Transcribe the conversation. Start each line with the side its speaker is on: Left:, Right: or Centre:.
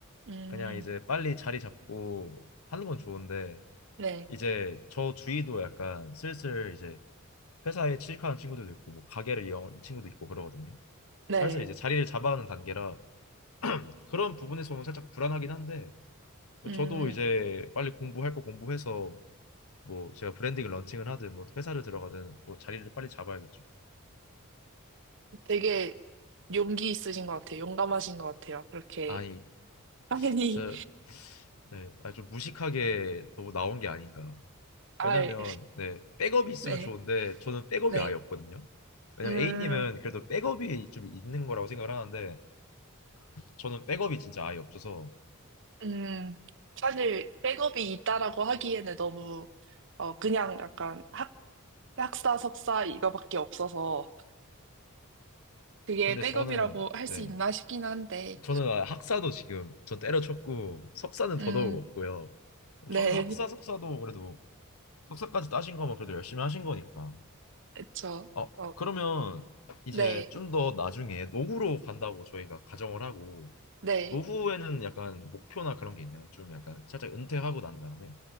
Right: 음,
Left: 그냥 이제 빨리 자리 잡고 하는 건 좋은데
Right: 네.
Left: 이제 저 주위도 약간 슬슬 이제 회사에 취직하는 친구들도 있고 뭐 가게를 연 친구도 있고 그러거든요.
Right: 네.
Left: 살살 이제 자리를 잡아가는 단계라 그런 부분에서 보면 살짝 불안하긴 한데
Right: 음,
Left: 저도 이제 빨리 공부할 거 공부해서 뭐 제가 브랜딩을 런칭을 하든 뭐 회사를 들어가든 뭐 자리를 빨리 잡아야겠죠.
Right: 되게 용기 있으신 것 같아요. 용감하신 것 같아요. 그렇게
Left: 아니
Right: 빨리,
Left: 저 네, 아니 좀 무식하게 너무 나온 게 아닌가.
Right: <laughs> 알,
Left: 왜냐면 네 백업이 있으면
Right: 네.
Left: 좋은데 저는 백업이
Right: 네.
Left: 아예 없거든요. 왜냐면
Right: 음.
Left: A님은 그래도 백업이 좀 있는 거라고 생각을 하는데 저는 백업이 진짜 아예 없어서
Right: 음, 사실 백업이 있다라고 하기에는 너무 어 그냥 약간 학 학사 석사 이거밖에 없어서 그게
Left: 근데
Right: 백업이라고
Left: 저는
Right: 할
Left: 네
Right: 수 있나 싶긴 한데
Left: 저는 아, 학사도 지금 저 때려쳤고 석사는
Right: 음,
Left: 더더욱 없고요
Right: 네,
Left: 저는 학사
Right: <laughs>
Left: 석사도 그래도 석사까지 따신 거면 그래도 열심히 하신 거니까
Right: 그쵸.
Left: 어
Right: 어,
Left: 그러면 이제
Right: 네,
Left: 좀 더 나중에 노후로 간다고 저희가 가정을 하고
Right: 네.
Left: 노후에는 약간 목표나 그런 게 있나요? 좀 약간 살짝 은퇴하고 난 다음에